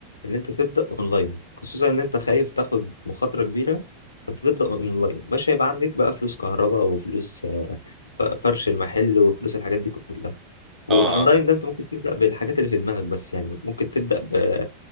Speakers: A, on the left; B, on the right.
A: ان انت تبدا اونلاين خصوصا ان انت خايف تاخد مخاطره كبيره فانت تبدا اونلاين مش هيبقى عندك بقى فلوس كهرباء وفلوس آه، ف- فرش المحل وفلوس الحاجات دي كلها واونلاين
B: اه اه فاهم
A: ده انت ممكن تبدا بالحاجات اللي في دماغك بس يعني ممكن تبدا ب